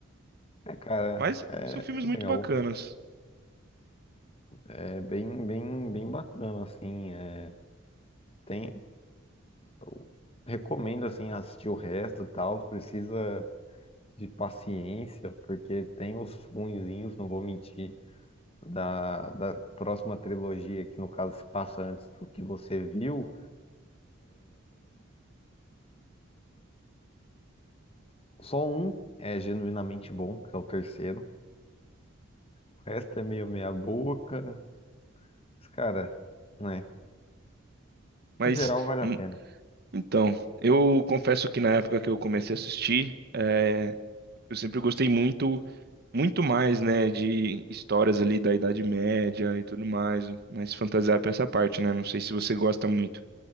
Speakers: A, on the left; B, on the right.
A: É, cara,
B: Mas
A: é
B: são
A: tudo
B: filmes muito
A: legal.
B: bacanas.
A: É bem, bem, bem bacana, assim. É, tem... Eu recomendo, assim, assistir o resto e tal. Precisa de paciência, porque tem os ruinzinhos, não vou mentir. da, da próxima trilogia, que no caso se passa antes do que você viu, só um é genuinamente bom, que é o terceiro. O resto é meio meia boca. Mas, cara, né?
B: Mas
A: No geral vale a
B: hum,
A: pena.
B: então, eu confesso que na época que eu comecei a assistir, eh, eu sempre gostei muito muito mais, né, de histórias ali da Idade Média e tudo mais, mas fantasiar pra essa parte, né? Não sei se você gosta muito,